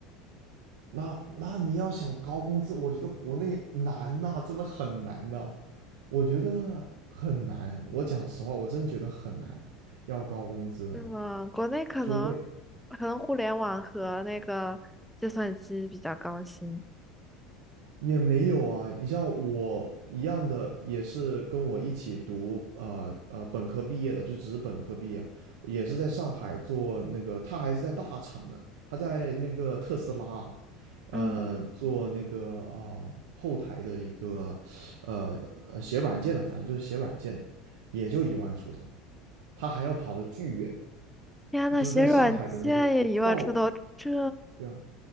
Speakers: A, on the right (about 80°); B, in the centre.
A: 那那你要想高工资，我觉得国内难呐、真的很难呐、我觉得很难。我讲实话，我真觉得很难要高工资的，
B: 是吗？国内可能可能互联网和那个计算机比较高薪。
A: 除非。也没有啊，你像我一样的，也是跟我一起读呃呃本科毕业的，就只是本科毕业，也是在上海做那个，他还是在大厂呢，他在那个特斯拉，呃，
B: 嗯，
A: 做那个啊、呃后台的一个呃呃写软件的，反正就是写软件的，也就一万出头，他还要跑得巨远，
B: 天呐，
A: 就是在上海的那个报，
B: 写软件也一万出头，这，
A: 对啊，